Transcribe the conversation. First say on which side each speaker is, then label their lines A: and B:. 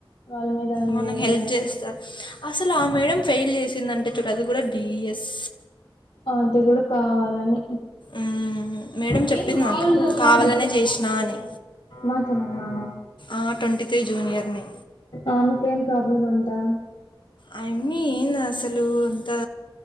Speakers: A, on the left; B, on the left.
A: వాళ్ళ మీద ఉండేది
B: మనకు హెల్ప్
A: కదా
B: చేస్త అసలు ఆ మేడం ఫెయిల్ చేసిందంటే చూడు అది కూడా డిఎస్
A: అది కూడా కావాలని
B: మ్ మ్ మేడం
A: నేను
B: చెప్పింది
A: మాముూలుగా
B: నాకు కావాలనే
A: కాదు ఇప్పుడు
B: చేసినా అని
A: మాట్లాడు నాన్న
B: ఆ ట్వంటీ త్రీ జూనియర్ని
A: ఆమేకేం ప్రాబ్లమ్ అంతా
B: అయమ్మి ఏంది అసలు అంతా